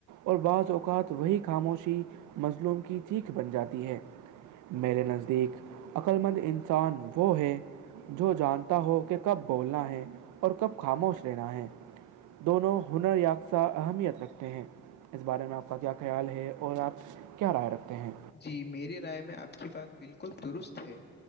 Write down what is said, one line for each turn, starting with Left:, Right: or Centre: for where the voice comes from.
Right: اور بعض اوقات وہی خاموشی مظلوم کی چھیخ بن جاتی ہے میرے نزدیک عقل مند انسان وہ ہے جو جانتا ہو کہ کب بولنا ہے اور کب خاموش لینا ہے دونوں ہنر یافتہ اہمیت رکھتے ہیں اس بارے میں آپ کا کیا خیال ہے اور آپ کیا رائے رکھتے ہیں
Left: جی میری رائے میں آپ کی بات بالکل درست ہے